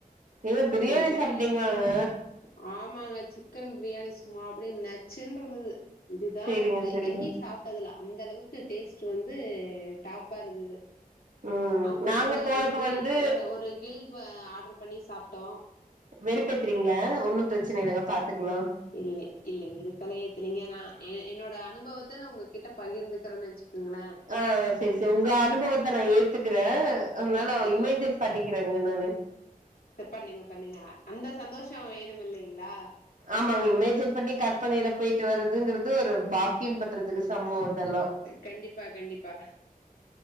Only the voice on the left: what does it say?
ஒரு கடைல
சிப் ஆமாங்க சிப் கு ன் பிரியாணி சும்மா அப்புடே நச்சுன்ருந்துது இதுதா
நம்ம
எங்யு சாப் ட்டதுல அந்த அளவுக்கு டேஸ்ட்டு வந்து டாப்பா இருந்துது
அப்றோ
ஒரு
கிரில்
எ ஒரு வில்ப ஆட்ரு பண்ணி சாப்ட்டோ
இல்லே இல்ல வெறுப்பல்ல எத்துலிங்க நா எ என்னோட அனுபவத்த நா உங்ககிட்ட பகிர்ந்துக்குறன் வச் குங்குல
எ
ச பண்ணுங்க பண்ணுங்க அந்த சந்தோஷ வேணும் இல்லைங்ளா
கண்டிப்பா கண்டிப்பா